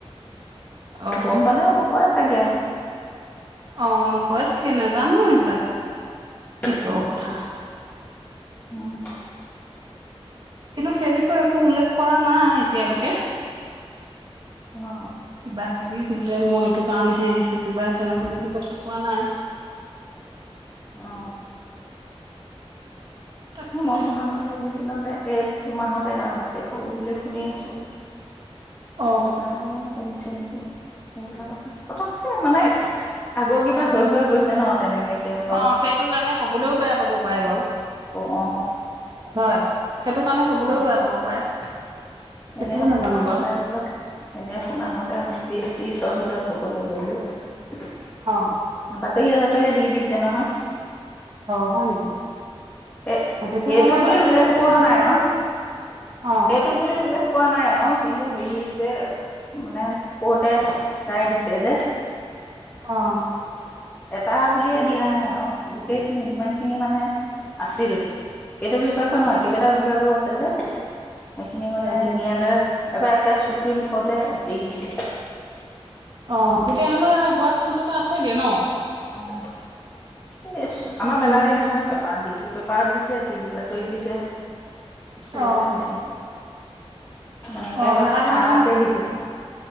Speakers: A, on the right (about 45°); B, on the left (about 20°).
A: অ'
B: গম পালেও নকয় চাগে
A: অ' নকয় চাগে, নাজানো এইবিলাক! ভিতৰৰ
B: উম
A: কথা!
B: উম!
A: কিন্তু, সেই বিষয়ে একো উল্লেখ কৰা নাই। এতিয়ালৈকে
B: অ
A: কিবা কিবি বোলে মই এইটো কাৰণহে আহিছো, কিবা তেনেকুৱা সেইবোৰ কথা কোৱা নাই।
B: অ
A: তাকে
B: সেই, মই শুনামতে এইকেইদিনত এই, দুমাহতে আৰু শেষ হ'ব বুলি শুনি আছো।
A: অ'
B: সেইটো কাৰণে অ'মোক সচাঁ নেকি সেইবিলাক কথা? পতককে মানে, আগৰ কিবা হৈ হৈ গৈছে ন! তেনেকে কেইবাও
A: অ' সেইটো কাৰণে, কবলৈও বেয়া পাব পাৰে বাৰু!
B: অ অ
A: হয়। সেইটো কাৰণে, ক'বলৈও
B: অ
A: বেয়া পাব পাৰে। সেইটোও
B: এনে
A: নাজানো
B: শুনামতে,
A: বাৰু।
B: এনে শুনামতে ঊনত্ৰিশ! ত্ৰিশৰ ভিতৰত, হ'ব লাগে বুলিও কৈছে।
A: অ'
B: বাতৰিয়ে জাতৰিয়ে দি দিছে নহয়!
A: অ' হয় নেকি?
B: এ
A: অ তেতিয়াহ'লে
B: এইটো বুলি
A: বাতৰি
B: উল্লেখ
A: চাতৰি
B: কৰা
A: দিছে
B: নাই
A: যদি
B: আৰু
A: অ
B: এইটো বুলি উল্লেখ কৰা নাই আৰু কিন্তু টো হেৰি যে মানে কৰ্টে ৰায় দিছে যে
A: অঁ!
B: এটা বুলিয়ে দিয়া নাই আৰু গোটেই খিনি যিমান খিনি মানে আছিল। এইটো বিভাগো নহয়,
A: অ
B: কেইবাটাও বিভাগো আছে। <unintelligible> সেইখিনি মানে
A: উম
B: ন্যায়ালয় এবাৰ একে চুপ্ৰিম কোৰ্টে এৰি দিছে
A: অঁ তেতিয়াহলে হোৱা চাঞ্চ এটা আছেগে ন
B: অঁ এই আমাৰ
A: উম
B: মেলা দিনাখনে পেপাৰ দিছে পেপাৰত দিছে টিভিৰ বাতৰি ত দিছে চবতে
A: অ
B: দিছে মানে একেবাৰে
A: অ মেলা দিনাখন
B: কাৰাকে দিছে